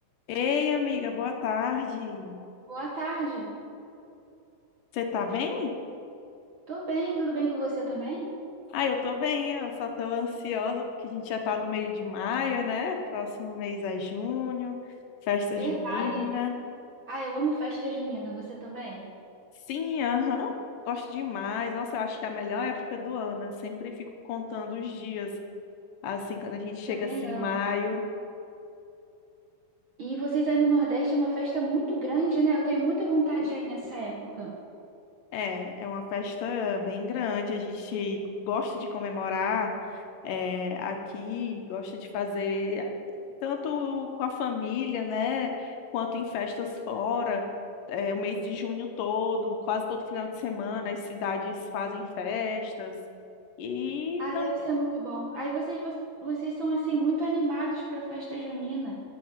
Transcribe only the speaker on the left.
Ei, amiga, boa tarde.
Você tá bem?
Ah, eu tô bem, eu só tô ansiosa porque a gente já tá no meio de maio, né? Próximo mês é junho, festa
junina.
Sim, aham, gosto demais. Nossa, eu acho que é a melhor época do ano. Eu sempre fico contando os dias, assim, quando a gente chega
assim,
maio.
É, é uma festa bem grande, a gente gosta de comemorar é, aqui, gosta de fazer. tanto com a família, né, quanto em festas fora, é, o mês de junho todo, quase todo final de semana, as cidades fazem festas. E
também,